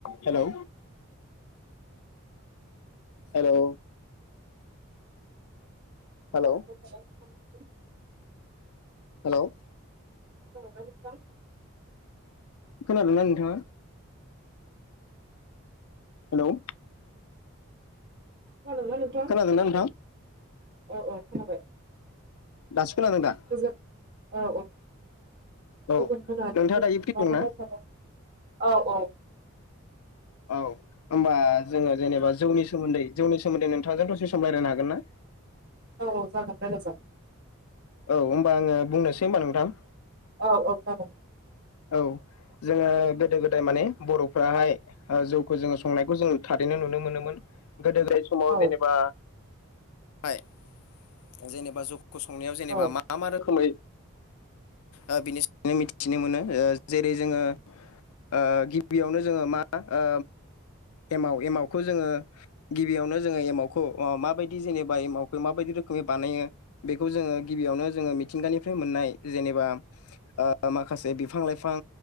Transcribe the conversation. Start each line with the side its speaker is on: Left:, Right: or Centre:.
Left: Hello. Hello. hello
Right: औ खोनाबायना
Left: हेल'।
Right: <unintelligible>
Left: खोनादोंना नोंथाङा? हेल'।
Right: खोनादोंना नोंथां
Left: खोनादोंना नोंथां?
Right: औ औ खोनाबाय।
Left: दासो खोनादों दा?
Right: गोजोन औ औ
Left: औ
Right: <unintelligible>
Left: नोंथाङा दायो फ्रि दंना
Right: औ औ।
Left: औ। होमबा जोङो जेनेबा जौनि सोमोन्दै जौनि सोमोन्दै नोंथांजों दसे सम रायलायनो हागोन ना?
Right: औ औ जागोन रायलाय जागोन।
Left: औ होनबा आङो बुंनोसै होमबा नोंथां।
Right: औ औ जागोन
Left: औ। जोङो गोदो गोदाय माने बर'फ्राहाय जौखौ जोङो संनायखौ जों थारैनो नुनो मोनोमोन। गोदो गोदाय समाव
Right: औ
Left: जेनेबा हाय जेनेबा जौ खौ संनायाव जेनेबा
Right: औ
Left: मा मा रोखोमै ओ बिनि सनो मिथिनो मोनो। ओ जेरै जोङो ओ गिबियावनो जोङो मा ओ एमाव एमावखौ जोङो गिबियावनो जोङो एमावखौ माबायदि जेनेबा एमावखौ माबायदि रोखोम रोखोमै बानायो बेखौ जोङो गिबियावनो जोङो मिथिंगानिफ्राय मोननाय जेनेबा ओ माखासे बिफां लाइफां